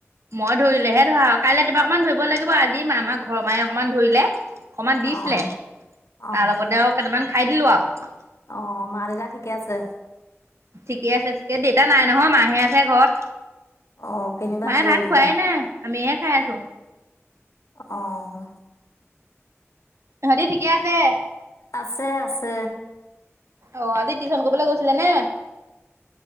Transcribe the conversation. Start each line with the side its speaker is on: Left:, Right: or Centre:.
Right: মই ধৰিলেহে ধৰা। কাইলৈ কিবা অকমান ধৰিব লাগিব, আজি আমাৰ ঘৰৰ মায়ে অকণমান ধৰিলে অকমান দিছিলে,
Left: অ', অ',
Right: তাৰ লগতে আৰু কেইটামান খাই দিলোঁ আৰু।
Left: অ', মা দেউতা ঠিকে আছে?
Right: ঠিকে আছে, দেউতা নাই নহয়, মাহে আছে ঘৰত।
Left: অ', কেনিবা
Right: মায়ে
Left: গ'ল
Right: ভাত
Left: দেউতা
Right: খোৱাই নাই, আমিহে খাই আছো।
Left: অ'।
Right: ইহতি ঠিকে আছে?
Left: আছে আছে।
Right: অ', আজি টিউচন কৰিবলৈ গৈছিলে নে?